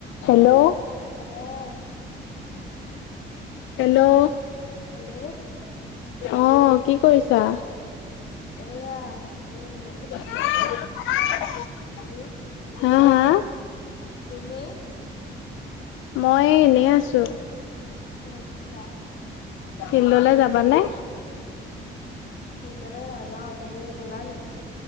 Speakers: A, on the left; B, on the left.
A: Hello.
B: অঁ
A: hello.
B: Hello.
A: অ', কি কৰিছা?
B: এইয়া আছোঁ এনে।
A: <unintelligible>
B: <unintelligible>
A: হা, হা?
B: তুমি
A: মই এনেই আছোঁ।
B: অ', আচ্ছা।
A: ফিল্ডলৈ যাবা নে?
B: ফিল্ডিলে নাযাওঁ তুমি গৈলা নেকি?